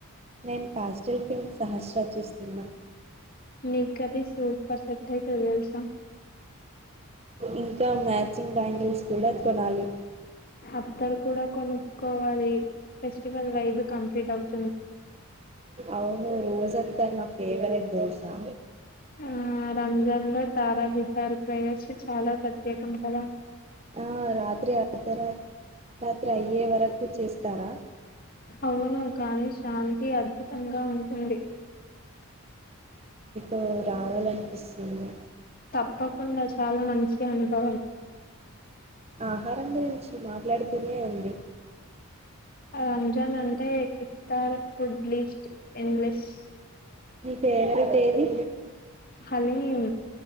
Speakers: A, on the right; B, on the left.
A: నేను పాస్టిల్ పింక్ సహస్రా చూస్తున్నా
B: నీకు కది సూపర్ సెక్ట్ అయితే తెలుసాం
A: ఇంకా మ్యాచింగ్ బ్యాంగిల్స్ కూడా కొనాలి
B: అత్తరు కూడా కొనుక్కోవాలి ఫెస్టివల్ వైబ్ కంప్లీట్ అవుతు
A: అవును రోజ వత నా ఫేవరెట్ దోసా
B: ఆ రంజాన్ లో తారా విహార్ ప్రవేశ చాలా ప్రత్యేక ం కదా
A: ఆ రాత్రి అర్ధరాత్ర రాత్రి అయ్యే వరకు చేస్తారా
B: అవును కానీ శాంతి అద్భుతంగా ఉంటుంది
A: ో రావాలనిపిస్తుంది
B: తప్పకుండా చాలా మంచి అనుభవం
A: ఆహారం గురించి మాట్లాడుతూనే ఉంది
B: రంజాన్ అంటే ఇక్తార్ ఫుడ్ బ్లీస్డ్ ఎన్లెస్
A: నీ ఫేవరెట్ ఏది
B: హలీం